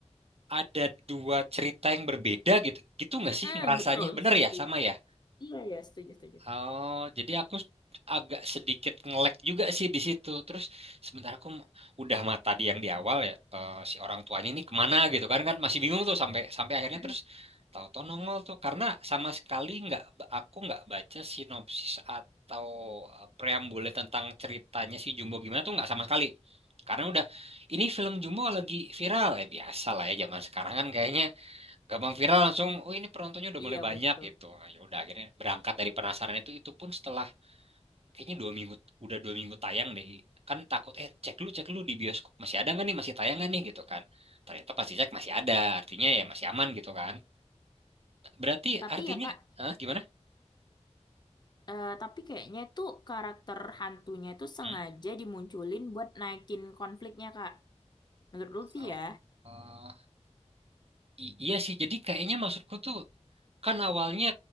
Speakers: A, on the right; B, on the left.
A: ada dua cerita yang berbeda gitu. Gitu nggak
B: Mm-mm,
A: sih ngerasanya?
B: betul.
A: Bener
B: Setuju.
A: ya? Sama ya?
B: Iya ya setuju setuju.
A: Oh, jadi aku agak sedikit nge-lag juga sih di situ. Terus sementara aku m- udah mata di yang di awal ya eh, si orang tuanya ini kemana gitu kan kan masih bingung tuh sampai sampai akhirnya
B: Mm-mm.
A: terus tahu-tahu nongol tuh karena sama sekali nggak aku nggak baca sinopsis atau eh, preambule tentang ceritanya si Jumbo gimana tuh nggak sama sekali. Karena udah ini film Jumbo lagi viral ya biasa lah ya zaman sekarang kan kayaknya gampang viral langsung oh ini penontonnya udah
B: Iya
A: mulai banyak
B: betul.
A: gitu Ah, ya udah akhirnya berangkat dari penasaran itu itu pun setelah kayaknya dua minggu udah dua minggu tayang deh kan takut eh cek dulu cek dulu di bioskop masih ada nggak nih masih tayang nggak nih gitu kan ternyata pasti cek masih ada artinya ya masih aman gitu kan berarti
B: Tapi
A: artinya
B: ya Kak,
A: ah, gimana
B: eh, tapi kayaknya itu karakter hantunya itu sengaja
A: Hmm?
B: dimunculin buat naikin konfliknya Kak. Menurut Lutfi
A: Oh,
B: ya.
A: eh, i- iya sih jadi kayaknya maksudku tuh kan awalnya